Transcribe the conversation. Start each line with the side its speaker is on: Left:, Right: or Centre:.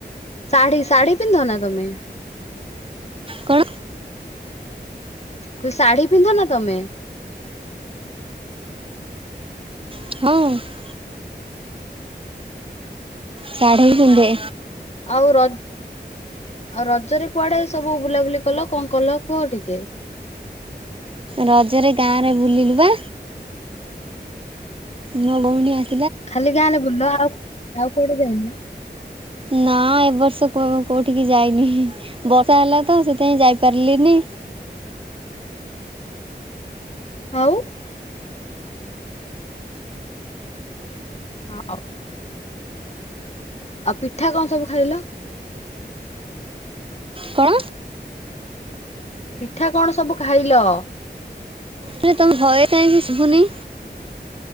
Left: ସାଢି ସାଢିପିନ୍ଧ ନା ତମେ?
Right: କ'ଣ
Left: କୁ ଶାଢୀ ପିନ୍ଧ ନା ତମେ?
Right: ହଁ। ଶାଢ଼ୀ ବି ପିନ୍ଧେ।
Left: ଆଉ ର ଆଉ ରଜରେ କୁଆଡେ ସବୁ ବୁଲାବୁଲି କଲ କଣ କଲ କୁହ ଟିକେ?
Right: ରଜରେ ଗାଁ ରେ ବୁଲିଲୁ ବା। ମୋ ଭଉଣୀ ଆସ
Left: ଖାଲି ଗାଁଲେେ ବୁଲ ଆଉ ଆଉ କୋଉଠି ଯାଇନ?
Right: ନା ଏ ବର୍ଷ କୋଉଠିକି ଯାଇନି ବର୍ଷା ହେଲା ତ ସେଥିପାଇଁ ଯାଇପାରିଲିନି।
Left: ଆଉ ହଉ। ଆଉ ପିଠା କଣ ସବୁ ଖାଇଲ?
Right: କଣ
Left: ପିଠା କଣ ସବୁ ଖାଇଲ?
Right: ତମେ ଭଏସ ଟା ଏମିତି ଶୁବୁନି?